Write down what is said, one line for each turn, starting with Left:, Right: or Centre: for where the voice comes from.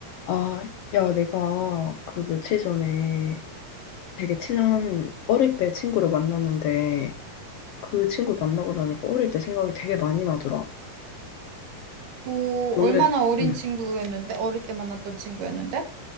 Left: 아, 야, 내가 그 며칠 전에 되게 친한 어릴 때 친구를 만났는데 그 친구 만나고 나니까 어릴 때 생각이 되게 많이 나더라.
Right: 뭐,
Left: 너는,
Right: 얼마나 어린
Left: 응,
Right: 친구였는데? 어릴 때 만났던 친구였는데?